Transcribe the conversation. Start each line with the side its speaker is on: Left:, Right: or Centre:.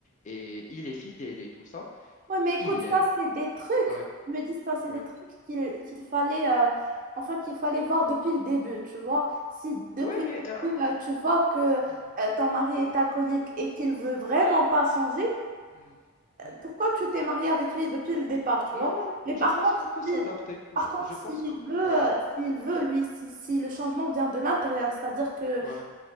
Left: et il est fidèle et tout ça.
Right: Ouais, mais écoute,
Left: Il l'aime.
Right: ça, c'est des trucs.
Left: Ouais,
Right: Je me dis, ça, c'est
Left: ouais.
Right: des trucs qu'il qu'il fallait, euh, enfin, qu'il fallait voir depuis le début, tu vois. Si depuis
Left: Ouais, mais...
Right: le
Left: euh,
Right: début, euh, tu vois que
Left: hmm,
Right: euh, ton mari est alcoolique et qu'il veut vraiment pas changer,
Left: hmm, hmm.
Right: pourquoi tu t'es mariée avec lui depuis le départ, tu
Left: Non,
Right: vois?
Left: non, non.
Right: Mais
Left: Je
Right: par
Left: pense
Right: contre,
Left: qu'on peut s'adapter.
Right: si,
Left: Je,
Right: par contre,
Left: je
Right: s'il
Left: pense qu'on...
Right: veut, euh,
Left: Ouais,
Right: s'il veut, lui, si, si le changement vient de l'intérieur, c'est-à-dire que
Left: ouais,